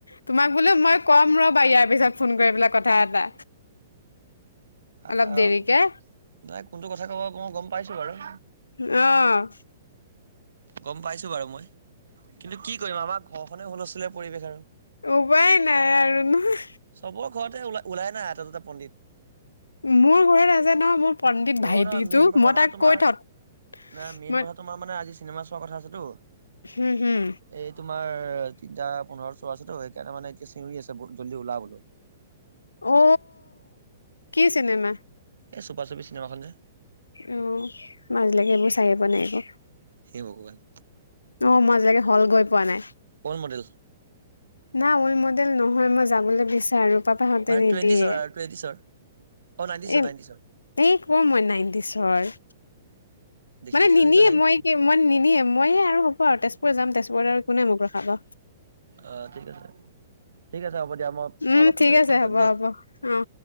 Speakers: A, on the left; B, on the right.
A: তোমাক বোলো মই কম ৰবা, ইয়াৰ পিছত ফোন কৰি পেলাই কথা এটা।
B: আৰু
A: অলপ দেৰিকে
B: তাই কোনটো কথা কব মই গম পাইছো বাৰু।
A: অ
B: গম পাইছো বাৰু মই, কিন্তু কি কৰিম আমাৰ ঘৰখনে হুলস্থুলীয়া পৰিৱেশ আৰু।
A: উপায় নাই আৰু নহয়
B: চবৰ ঘৰতে ওলা ওলাই নাই এটা দুটা পণ্ডিত।
A: মোৰ ঘৰত আছে নহয় মোৰ পণ্ডিত
B: নহয়
A: ভাইটিটো
B: নহয় মেইন কথা
A: মই
B: মানে
A: তাক
B: তোমাৰ
A: কৈ <unintelligible>
B: নাই মেইন
A: মই
B: কথাটো তোমাৰ মানে আজি চিনেমা চোৱা কথা আছেতো।
A: হম হম
B: এই তোমাৰ তিনিটা পোন্ধৰত শ্ব আছেতো সেইকাৰণে মানে এতিয়া চিঞৰি আছে ব জল্দি উলা বোলো।
A: অ কি চিনেমা?
B: এ চুাপা চুপি চিনেমাখন যে,
A: অ, মই আজিলৈকে এবাৰু চাইয়ে পোৱা নাই আকৌ।
B: হে ভগৱান।
A: অ, মই আজিলৈকে হল্ড কৰি পোৱা নাই।
B: কোন মডেল?
A: না মই মডেল নহয়, মই যাবলৈ বিচাৰো। পাপাহঁতে
B: মানে
A: নিদিয়ে,
B: টুৱেণ্টিছৰ আৰু টুৱেণ্টিছৰ অ নাইনটিছৰ
A: এই
B: নাইনটিছৰ
A: এই ক' মই নাইণ্টিছৰ হয়।
B: দেখিলেতো
A: মানে
B: তেনেকুৱাই
A: নিনিয়ে,
B: লাগে
A: মই
B: ফটো
A: কি মই নিনিয়ে মইয়ে আৰু হ'ব আৰু তেজপুৰ যাম তেজপুৰত আৰু কোনে মোক ৰখাব।
B: অ ঠিক আছে। ‌ ঠিক আছে হ'ব দিয়া, মই
A: উম
B: অলপ পিছতকে
A: ঠিক আছে
B: ফোন কৰিম
A: হ'ব
B: দেই।
A: হ'ব অ